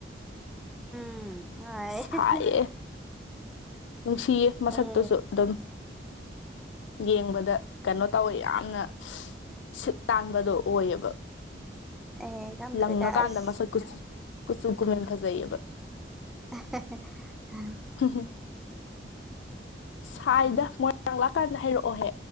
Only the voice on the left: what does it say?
ꯁꯥꯏꯌꯦ
ꯅꯨꯡꯁꯤꯌꯦ ꯃꯁꯛꯇꯨꯁꯨ
ꯑꯗꯨꯝ ꯌꯦꯡꯕꯗ ꯀꯩꯅꯣ ꯇꯧꯋꯦ ꯌꯥꯝꯅ ꯁꯤꯠ ꯇꯥꯟꯕꯗꯣ ꯑꯣꯏꯌꯦꯕ
ꯂꯪꯉꯀꯥꯟꯗ
ꯃꯁꯛ ꯀ ꯀꯨꯆꯨ ꯀꯨꯃꯦꯟ ꯐꯖꯩꯌꯦꯕ
ꯎꯝ ꯁꯥꯏꯗ ꯃꯣꯏꯔꯥꯡ ꯂꯥꯛꯀꯥꯟꯗ ꯍꯩꯔꯛꯑꯣꯍꯦ